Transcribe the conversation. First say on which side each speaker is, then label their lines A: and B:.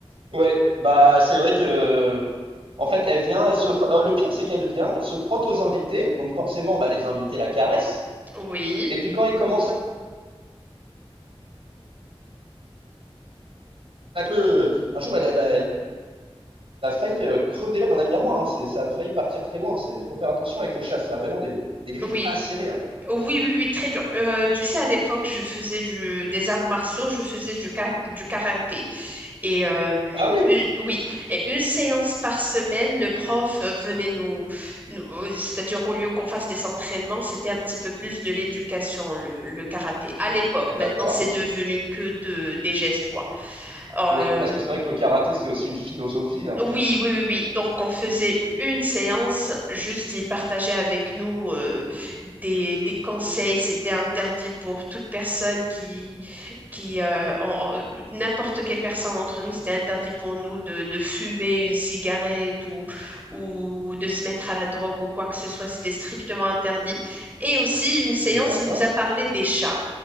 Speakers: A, on the right (about 65°); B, on the right (about 15°).
A: Ouais, bah c'est vrai que en fait elle vient, elle se fr- euh, le pire c'est qu'elle vient, elle se frotte aux invités, donc forcément bah les invités la caressent.
B: Oui.
A: Et puis quand ils commencent à un peu, un jour elle, a- elle a elle a failli euh, crever l'œil d'un ami à moi, hein, c'est, ça a failli partir très loin. C'est, faut faire attention avec les chats, ça a vraiment des, des griffes
B: Oui,
A: acérées. hein.
B: oui, oui, oui, très dur. Euh, tu sais, à l'époque, je faisais du, des arts martiaux, je faisais du, ka- du karaté. Et euh,
A: Ah oui?
B: une- oui, et une séance par semaine, le prof euh, venait nous, nous- euh, c'est-à-dire au lieu qu'on fasse des entraînements, c'était un petit peu plus de l'éducation, le, le karaté. À l'époque, maintenant,
A: D'accord.
B: c'est devenu que de, des gestes, quoi. Euh,
A: Oui, parce que c'est vrai que le karaté c'est aussi une philosophie hein, presque.
B: oui, oui, oui, oui. Donc, on faisait une séance, juste il partageait avec nous euh, des, des conseils. C'était interdit pour toute personne qui, qui euh, en- en- n'importe quelle personne d'entre nous, c'était interdit pour nous de, de fumer une cigarette ou, ou de se mettre à la drogue ou quoi que ce soit. C'était strictement interdit. Et aussi, une séance,
A: D'accord.
B: il nous a parlé des chats.